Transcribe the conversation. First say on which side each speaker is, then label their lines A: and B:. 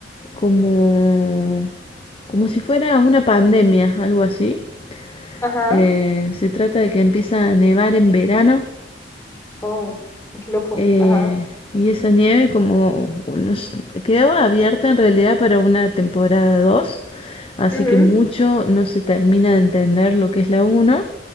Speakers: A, on the left; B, on the left.
A: como, como si fuera una pandemia, algo así.
B: ajá.
A: Eh, se trata de que empieza a nevar en verano
B: Oh, qué loco.
A: Eh,
B: Ajá.
A: y esa nieve como o no s- quedaba abierta en realidad para una temporada dos así
B: mhm
A: que mucho no se termina de entender lo que es la uno